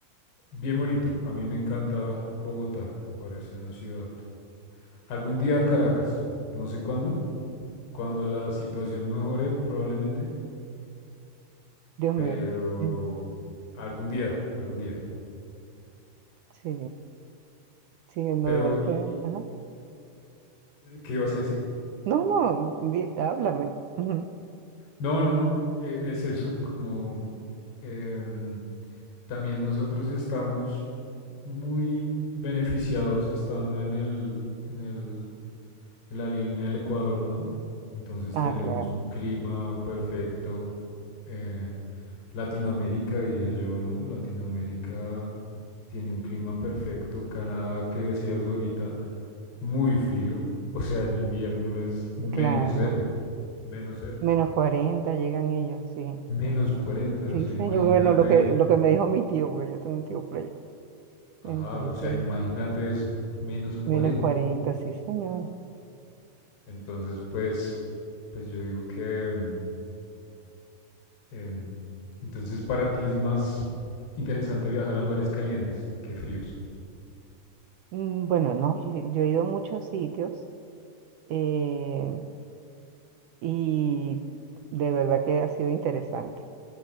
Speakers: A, on the left (about 70°); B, on the right (about 75°).
A: Bien bonito. A mí me encanta Bogotá. Me parece una ciudad. Algún día Caracas. No sé cuándo. Cuando la situación mejore, probablemente.
B: Dios
A: Pero
B: mío. Mm.
A: algún día, algún día.
B: Sí, sí, no,
A: Pero,
B: de verdad
A: ¿y-
B: que.
A: y-
B: Ajá.
A: ¿qué ibas a decir?
B: No, no, di- háblame. Ujú.
A: No, no, no. e- Es eso. Como em, también nosotros estamos muy beneficiados estando en el, en el en la línea del Ecuador, ¿no? Entonces
B: Ah,
A: tenemos
B: claro,
A: un clima perfecto. eh, Latinoamérica, diría yo, ¿no? Latinoamérica tiene un clima perfecto. Canadá, que decías ahorita, muy frío. O sea, en invierno es menos
B: claro.
A: cero. Menos cero.
B: Menos cuarenta llegan ellos, sí.
A: Menos 40.
B: Sí,
A: o sea,
B: señor.
A: imagínate.
B: Bueno, lo que, lo que me dijo mi tío, porque yo tengo un tío por allá.
A: Ajá,
B: Entonces,
A: o sea, imagínate eso. Menos 40.
B: menos 40, sí, señor.
A: Entonces, pues, pues yo digo que, mm, Em, entonces, para ti es más interesante viajar a lugares calientes que fríos.
B: Mm, Bueno, no, yo, yo he ido a muchos sitios eh, y de verdad que ha sido interesante.